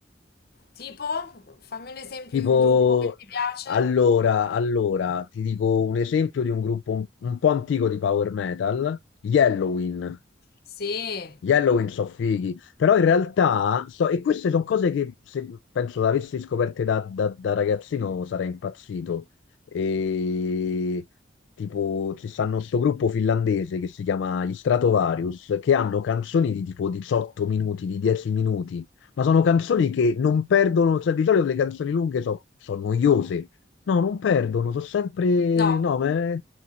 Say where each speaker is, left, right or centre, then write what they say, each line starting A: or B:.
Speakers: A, on the left (about 55°); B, on the left (about 75°).
A: tipo, fammi un esempio
B: Tipo,
A: di un gruppo che ti piace.
B: allora, allora, ti dico un esempio di un gruppo un, un po' antico di power metal, gli Helloween.
A: Sì,
B: Gli Halloween sono fighi, però in realtà, so- e queste sono cose che se penso le avessi scoperte da, da- da ragazzino sarei impazzito. E, tipo, ci stanno sto gruppo finlandese che si chiama gli Stratovarius, che hanno canzoni di tipo 18 minuti, di 10 minuti, ma sono canzoni che non perdono, cioè di solito le canzoni lunghe sono noiose. No, non perdono, sono sempre...
A: no,
B: No, ma è-